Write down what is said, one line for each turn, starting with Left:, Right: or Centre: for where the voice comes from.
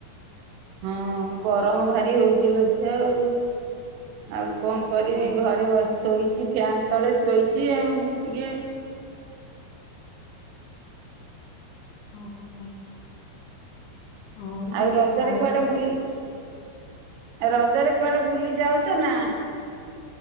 Right: ହଁ ଗରମ ଭାରି ହଉଥିଲେ ଝିଅ ଆଉ ଆଉ କଣ କରିବି
Left: ହଁ
Right: ଘରେ ବଶି ଶୋଇଛି ଫ୍ୟାନ୍ ତଳେ ଶୋଇଛି ଆଉ ଟିକେ-
Left: ହଁ ହଁ ହଁ
Right: ଆଉ
Left: ମୁଁ
Right: ରଜରେ
Left: ଖାଇକି
Right: କୁଆଡେ ବୁଲି ରଜରେ କୁଆଡେ ବୁଲି ଯାଉଛ ନା